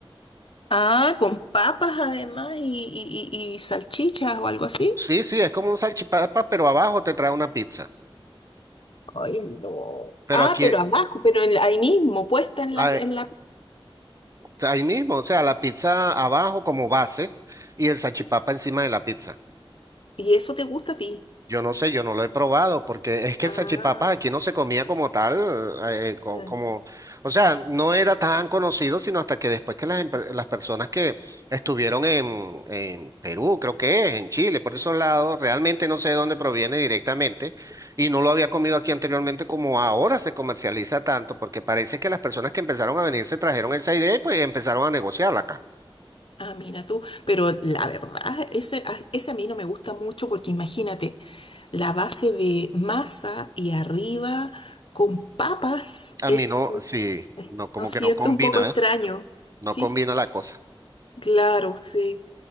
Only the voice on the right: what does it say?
Sí, sí, es como un salchipapa, pero abajo te trae una pizza.
Pero
aquí,
a-
ahí mismo, o sea, la pizza abajo como base y el salchipapa encima de la pizza.
Yo no sé, yo no lo he probado, porque es que
el salchipapa aquí no se comía como tal, eh, eh, co-
como, o sea, no era tan conocido, sino hasta que después que las, empe- las personas que estuvieron en, en Perú, creo que es, en Chile, por esos lados, realmente no sé de dónde proviene directamente, y no lo había comido aquí anteriormente como ahora se comercializa tanto, porque parece que las personas que empezaron a venir se trajeron esa idea y pues empezaron a negociarla acá.
A
mí no,
sí, no, como
que no combina,
¿ves?
No
combina la cosa.